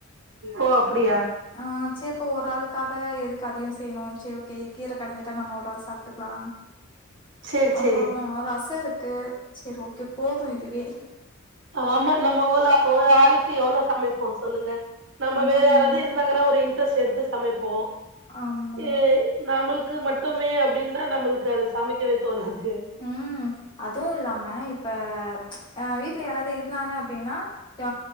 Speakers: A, on the right; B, on the left.
A: ஓ அப்டியா
B: ஆ சே அப்ப ஒரு ஆளுக்காக எதுக்கு அதயு செய்யணு செரி ஓகே கீர கடஞ்சிட்டா நம்ம ஒராள் சாப்ட்டுக்கலா
A: சேரி
B: அப்றோ
A: சேரி
B: ரச இருக் கு செரி ஓகே போது இதுவே
A: ஆமா நம்ம ஓலா ஒரு ஆளுக்கு எவ்ளோ சமைப்போ சொல்லுங்க நம்ம
B: ம்
A: வேற யாராவது இருந்தாங்கன்னா ஒரு இன்ட்ரெஸ்ட் எடுத்து சமைப்போ
B: ஆமா
A: ஏ நம்மளுக் கு மட்டுமே அப்டின்னா நம்மளுக்கு அது சமைக்கவே தோணாது
B: ம் அதுவு இல்லாம இப்ப ஆ வீட்ல யாராவது இருந்தாங்க அப்டின்னா ஜா